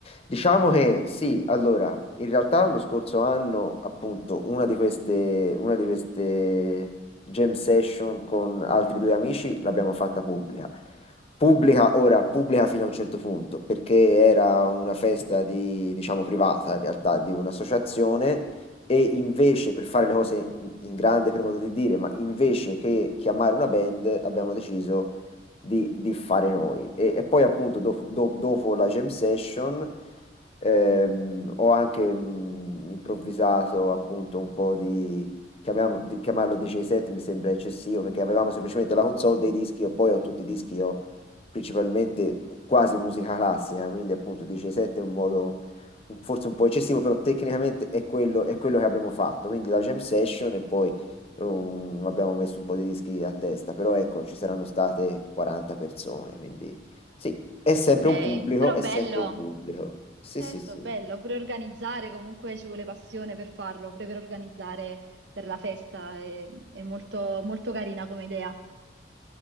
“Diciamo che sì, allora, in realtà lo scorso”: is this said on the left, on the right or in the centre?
Left